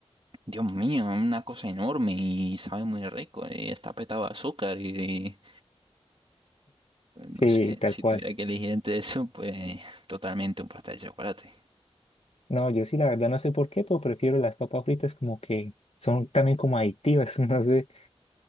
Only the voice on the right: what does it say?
Dios mío, es una cosa enorme y sabe muy rico, y está petado de azúcar, y eh,
no sé,
si
tuviera que elegir entre eso, pues totalmente un pastel de chocolate.